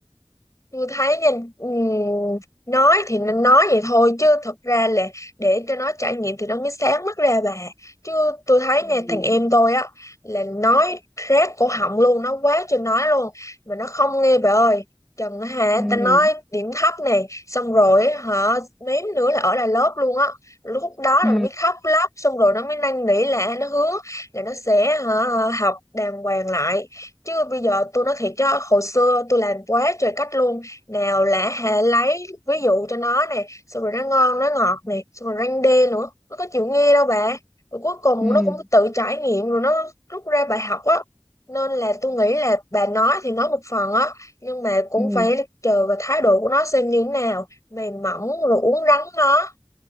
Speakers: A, on the left (about 35°); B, in the centre.
A: Tôi thấy nha, ừm, nói thì nên nói vậy thôi chứ thật ra là để cho nó trải nghiệm thì nó mới sáng mắt ra bà chứ tôi thấy nha
B: ừ
A: thằng em tôi á là nói rát cổ họng luôn nó quá trời nói luôn mà nó không nghe bà ơi Trần á hả
B: ừ
A: ta nói điểm thấp này xong rồi á, hả mém nữa là ở lại lớp luôn á lúc đó
B: ừ
A: là nó mới khóc lóc xong rồi nó mới năn nỉ là nó hứa là nó sẽ hả học đàng hoàng lại chứ bây giờ tôi nói thiệt chứ hồi xưa tôi làm quá trời cách luôn nào là hệ lấy ví dụ cho nó nè xong rồi nó ngon nó ngọt nè xong rồi răng đê nữa nó có chịu nghe đâu bà rồi cuối cùng
B: ừ
A: nó cũng tự trải nghiệm rồi nó rút ra bài học á nên là tôi nghĩ là bà nói thì nói một phần á nhưng mà cũng
B: ừ
A: phải chờ vào thái độ của nó xem như thế nào mềm mỏng rồi uốn rắn nó